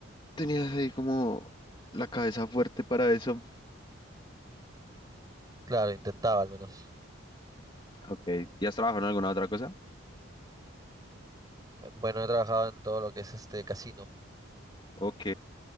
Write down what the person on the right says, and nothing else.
Claro, intentaba al menos.
Eh, Bueno, he trabajado en todo lo que es este casino.